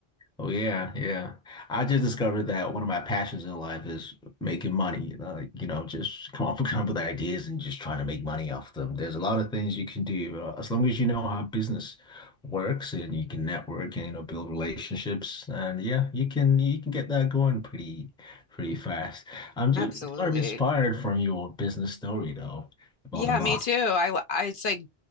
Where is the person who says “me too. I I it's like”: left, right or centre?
Left